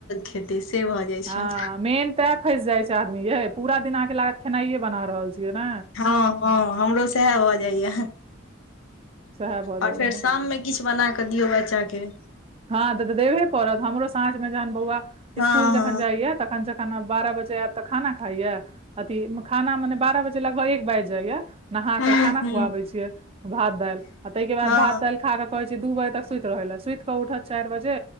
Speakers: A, on the left; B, on the right.
A: खेतै से भऽ जाइ
B: हँ,
A: छै
B: मेन ते फैस जाइ छै आदमी ये। पूरा दिन अहाँकेँ लागत खेनाइयए बना रहल छियै ने।
A: हँ, हँ। हमरो सएह भऽ जाइए
B: सएह भऽ जाइ
A: आ फेर
B: छै
A: शाममे किछु बनाके दियौ बच्चाके
B: हँ, तऽ देबे पड़त हमरो साँझमे जहन बौआ
A: हँ
B: स्कूल जखन
A: हँ
B: जाइय तखन जख। खाना बारह बजे आयत तऽ खाना खाइया अथि खाना मने बारह बजे लगभग एक बाजि जाइया। नहा
A: हूँ
B: कऽ खाना
A: हूँ
B: खुआबे छियै, भात दालि आ तयके बाद
A: हँ
B: भात दालि। खा कऽ कहै छी दू बजे तक सुति रहै लए सुति कऽ उठत चारि बजे।